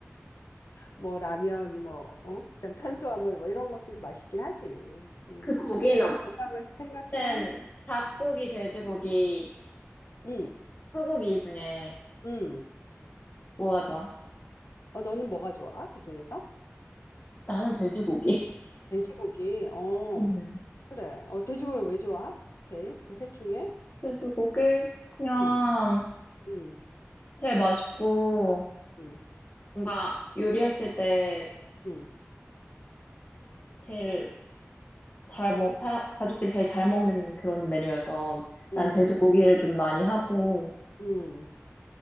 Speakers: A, on the left (about 80°); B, on the left (about 40°).
A: 뭐 라면 뭐 어? 그다음 탄수화물 뭐 이런 것들이 맛있긴 하지. 음.
B: 그 고기는
A: 하지만 이제 건강을 생각해야
B: 없는
A: 하니까.
B: 닭고기, 돼지고기,
A: 음.
B: 소고기 중에
A: 음.
B: 뭐가 좋아?
A: 어, 너는 뭐가 좋아? 그 중에서?
B: 나는 돼지고기.
A: 돼지고기. 어,
B: <laughs> 음.
A: 그래. 어, 돼지고기 왜 좋아? 제일 그 셋 중에?
B: 돼지고기 그냥
A: 음, 음,
B: 제일 맛있고
A: 음,
B: 뭔가 요리했을 때
A: 음,
B: 제일 잘 먹, 사, 가족들이 제일 잘 먹는 그런 메뉴여서
A: 음,
B: 난 돼지고기를 좀 많이 하고
A: 음,